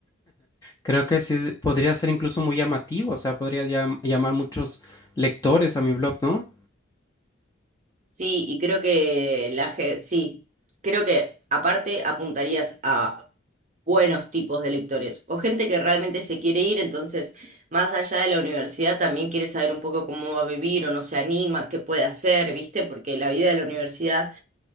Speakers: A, on the left; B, on the right.
A: Creo que sí, podría ser incluso muy llamativo, o sea, podría llam- llamar muchos lectores a mi blog, ¿no?
B: Sí, y creo que la gente, sí, creo que aparte apuntarías a buenos tipos de lectores o gente que realmente se quiere ir, entonces más allá de la universidad también quiere saber un poco cómo va a vivir o no se anima, qué puede hacer, ¿viste? Porque la vida de la universidad